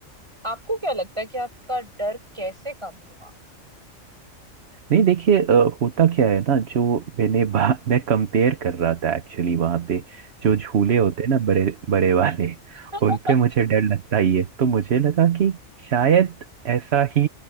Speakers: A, on the right; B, on the right.
A: आपको क्या लगता है कि आपका डर कैसे कम हुआ
B: नहीं देखिए अ, होता क्या है ना जो मैंने बा- <laughs> मैं कंपेयर कर रहा था एक्चुअली वहां पे जो झूले होते हैं ना बड़े बड़े वाले
A: <laughs>
B: उन पे मुझे डर लगता ही है तो मुझे लगा कि शायद ऐसा ही